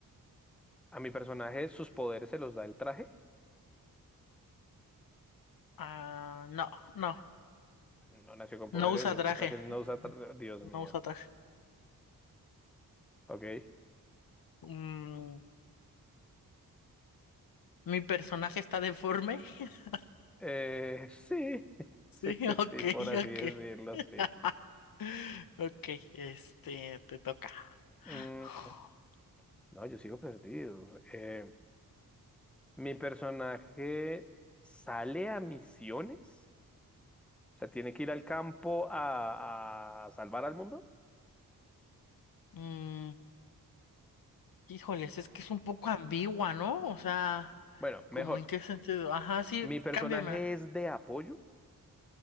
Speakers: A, in the centre; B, on the left (about 70°).
A: ¿A mi personaje sus poderes se los da el traje?
B: Ah, no, no,
A: No nació con
B: no
A: poderes,
B: usa
A: no
B: traje.
A: se traje, no usa, tra- Dios
B: No
A: mío.
B: usa traje.
A: Ok.
B: Mm, mi personaje está deforme. <laughs>
A: Eh, sí, <laughs>
B: Sí,
A: sí, sí, sí,
B: ok,
A: por así
B: ok.
A: decirlo,
B: <laughs>
A: sí.
B: Ok, este, te toca.
A: Mm,
B: <sighs>
A: no, yo sigo perdido. Eh, mi personaje sale a misiones, o sea, tiene que ir al campo a, a salvar al mundo.
B: Mm, Híjoles, es que es un poco ambigua, ¿no? O sea,
A: Bueno, mejor.
B: como en qué sentido. Ajá, sí,
A: Mi personaje
B: cámbiame.
A: es de apoyo.